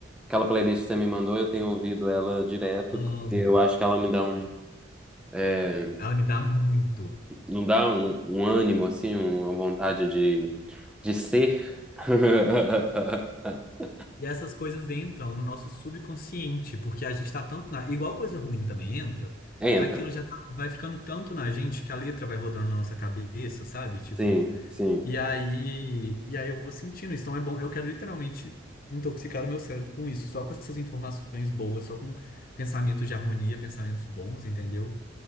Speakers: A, in the centre; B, on the left (about 45°).
A: aquela playlist que você me mandou, eu tenho ouvido ela direto,
B: amo.
A: porque eu acho que ela me dá um. é,
B: Ela me dá muito.
A: Não dá um, um ânimo, assim, uma vontade de, de ser. <laughs>
B: E essas coisas entram no nosso subconsciente, porque a gente tá tanto na. Igual coisa ruim também entra,
A: Entra.
B: aquilo já tá- vai ficando tanto na gente que a letra vai rodando na nossa cabeça, sabe? Tipo,
A: Sim, sim.
B: e aí, e aí eu vou sentindo isso. Então é bom, eu quero literalmente intoxicar o meu cérebro com isso, só com essas informações boas, só com pensamentos de harmonia, pensamentos bons, entendeu?